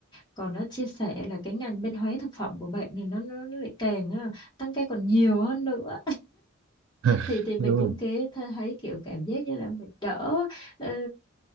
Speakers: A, on the left; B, on the right.
A: còn nó chia sẻ là cái ngành bên hóa thực phẩm của bạn này nó nó nó lại càng ờ, tăng ca còn nhiều hơn nữa
B: <laughs>
A: thì thì mình
B: đúng
A: cũng
B: rồi
A: kế th- thấy kiểu cảm giác như là mình đỡ ờ,